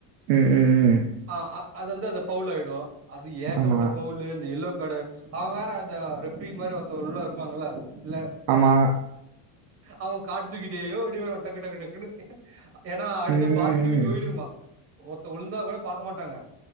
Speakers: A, on the right (about 60°); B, on the right (about 30°).
A: ம் ம் ம்.
B: ஆ அது வந்து அது ஃபவுல் ஆயிடு அது ஏகப்பட்ட
A: ஆமா.
B: ஃபவுலு இந்த எல்லோ காடு அவ வேற அத ரெஃப்ரி மாரி ஒருத்த உள்ள இருப்பாங்கள உள்ள
A: ஆமா
B: அவ கார்டு தூக்கிட்டே ஓடி வருவா டக்கு டக்கு டக்குன்னு ஏன்னா அடுத்து
A: ம்,
B: பால் தூக்கிட்டு
A: ம்.
B: ஓயிடுமா ஒருத்த உழுந்தா கூட பாக்க மாட்டாங்க